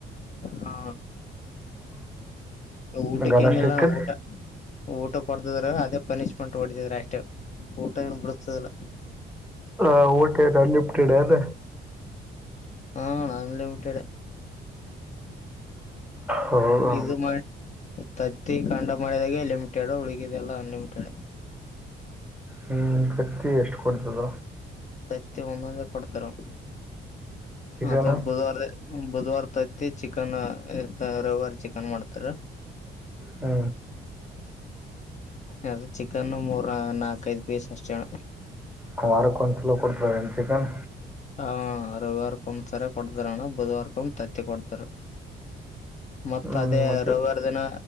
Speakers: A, on the left; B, in the centre.
A: ಹಾ ಊಟಕ್ಕೆ
B: ಗಣ
A: ಏನಿಲ್ಲ
B: ಸ್ಟಿಕ್ಕರ್
A: ನಾ ಊಟ ಊಟಕ್ಕೆ ಕೊಡ್ತದ್ರ ಅದೇ ಪನಿಷ್ಮೆಂಟ್ ಹೊಡತದ ಅಷ್ಟೇ ಊಟ ಏನು ಬಿರ್ತದಲ್ಲ
B: ಹಾ ಓಕೆಟನ್ ಲಿಫ್ಟಡ ಅಂತ
A: ಹ ನಲ್ಲಮಟ್ಟಡೆ
B: ಹೌದಾ
A: ಇದು ಮ ತತ್ತ ಕಂಡ ಮಳೆದಾಗೆ ಲಿಮಿಟೆಡ್ ಹುಡುಗಿದೆಲ್ಲ ಅನ್ಲಿಮಿಟೆಡ್
B: ಹ್ಮ್ ಕತ್ತಿ ಎಷ್ಟು ಕೊಡ್ತದ
A: ಇತಿ ಒಂದೊಂದೇ ಕೊಡ್ತಾರೆ
B: ಚಿಕನ
A: ಅಥವಾ ಬುಧವಾರ ಬುಧವಾರ ತ್ತ ಚಿಕನ್ ರವಿವಾರಿ ಚಿಕನ್ ಮಾಡ್ತಾರ
B: ಹ್ಮ
A: ಹ್ಮ ಅ ಚಿಕನ್ ಮೂರ ನಾಕಐದ್ ಪೀಸ್ ಅಷ್ಟೇಣ
B: ಕುಮಾರಕಂಚ್ ಲ ಕೊಡ ್ರನ್ ಚಿಕನ್
A: ಹಾ ರವಿವಾರಕೊಂದ್ಸರಿ ಕೊಡ್ತಾರಣ್ಣ ಬುಧವಾರಕೊಂದ ತತ್ತಿ ಕೊಡ್ತಾರ ಮತ್ತತ್
B: ಹ್ಮ್
A: ಅದೇ
B: ಮತ್ತೆ
A: ರವಿವಾರ ದಿನ